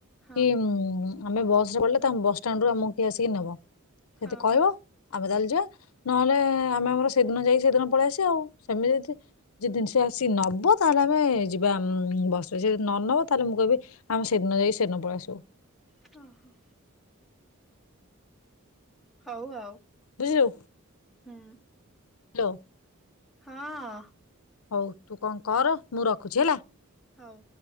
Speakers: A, in the centre; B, on the left.
A: ହଁ ହଁ
B: କି ଆମେ ବସରେ ଗଲେ ତାଙ୍କ ବସଷ୍ଟାଣ୍ଡୁ ରୁ ଆମକୁ କିଏ ଆସିକି ନବ
A: ହଁ
B: ଯଦି କହିବ ଆମେ ତାହେଲେ ଯିବା ନହେଲେ ଆମେ ଆମର ସେଇଦିନ ଯାଇକି ସେଦିନ ପଳେଇ ଆସିବା ଆଉ ସେମିତି ଯଦି ଯଦି ଜିନିଷ ଆସିକି ନବ ତାହେଲେ ଆମେ ଯିବା ବସ ବା ସେ ଯଦି ନ ନବ ତାହେଲେ ମୁଁ କହିବି ଆମେ ସେଦିନ ଯାଇ ସେଦିନ ପଳେଇ ଆସିବୁ
A: ହଁ ହଁ ହଉ ଆଉ
B: ବୁଝିଲୁ
A: ହୁଁ
B: ହାଲୋ
A: ହଁ
B: ହୋଉ ତୁ କଣ କର ମୁଁ ରଖୁଛି ହେଲା।
A: ହଉ।